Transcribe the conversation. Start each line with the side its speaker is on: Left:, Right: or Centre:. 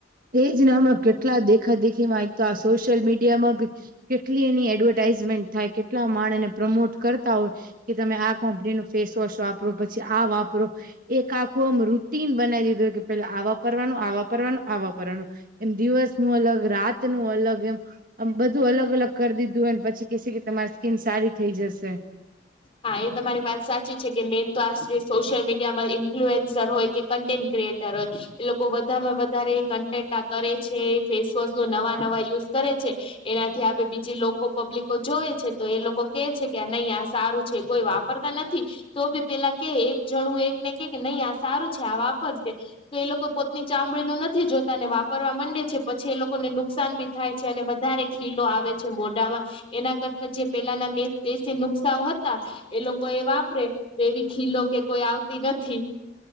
Right: એજ ને હમણાં કેટલા દેખા દેખીમાં તો આ સોશિયલ મીડિયામાં બી, કેટલી એની એડવર્ટાઈઝમેન્ટ થાય કેટલા માણ એને પ્રમોટ કરતા હોય કે તમે આ કોમ્પનીનું ફેસવોશ વાપરો પછી આ વાપરો. એક આખું આમ રૂટીન બનાવી દીધું કે પેલા આ વાપરવાનું આ વાપરવાનું. આ વાપરવાનું એમ દિવસનું અલગ રાતનું અલગ એમ આમ બધું અલગ-અલગ કર દીધું હોયને પછી કેશે કે તમારી સ્કિન સારી થઇ જશે.
Left: હા એ તમારી વાત સાચી છે કે મેન તો આ સોશિયલ મીડિયામાં ઇન્ફ્લુએન્સર હોય કે કન્ટેન્ટ ક્રિએટર હોય એ લોકો બધામાં વધારે કન્ટેન્ટ કરે છે ફેસવોશનો નવા નવા યુઝ કરે છે એનાથી આપે બીજી લો કો પબ્લિકો જોવે છે તો એ લોકો કે છે કે આ નહી આ સા રું કોઈ વાપરતા નથી તો બી પેલા કે એક જણું એકને કે કે નઈ આ સારું છે આ વાપરશે તો એ લોકો પોતની ચામડીનું નથી જોતા ને વા પરવા મંડે છે પછી એ લોકોને નુકસાન બી થાય છે અને વધારે ખીલો આવે છે મોઢામાં એના કરતા જે પેલાના દેશી નુ કસા હતા એ લોકો એ વાપરે તો એવી ખીલો કે કોઈ આવતી નથી.